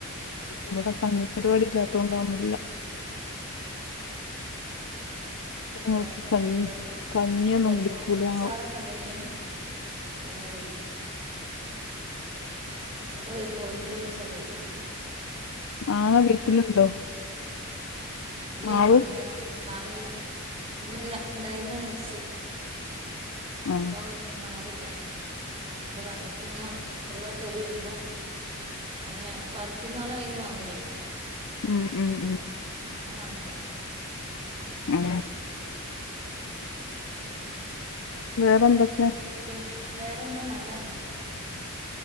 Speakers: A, on the left (about 65°); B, on the right (about 30°).
A: ഇവിടെ കഞ്ഞി പരിപാടി ഇല്ലാത്തത് കൊണ്ട് അതൊന്നുല്ല ഞങ്ങൾക്ക്
B: ഇബടെ കഞ്ഞിപ്പരിപാടി
A: കഞ്ഞി കഞ്ഞിയൊന്നും
B: ചിലപ്പം
A: കുടിക്കൂല
B: അച്ചാറ
A: ഞങ്ങള്
B: ണെങ്കില് കഞ്ഞി ഒക്കെ കുടിക്കും അച്ചാറ് കോഴി മുട്ട പൊരിച്ചൊക്കെ കൂട്ടി
A: മാങ്ങ വീട്ടിലുണ്ടോ?
B: ഇല്ലേ
A: മാവ്
B: വാങ്ങിയതാ വാങ്ങിയതാ ഇല്ലല്ല ഉണ്ടായിരുന്ന മുറിച്ച് <unintelligible>
A: ആഹ്
B: മാവില്ല അതാ അടുത്തന്ന് എവിടെ പോയി വരുമ്പോ അങ്ങനെ പറിക്കുന്നോലെ കൈന്ന് വാങ്ങുല്ലേ
A: ഉം ഉം ഉം
B: അങ്ങനെ വാങ്ങിയതാ
A: ഉം വേറെ എന്തൊക്കെ
B: പിൻ വേറെന്താ നല്ലന്നെ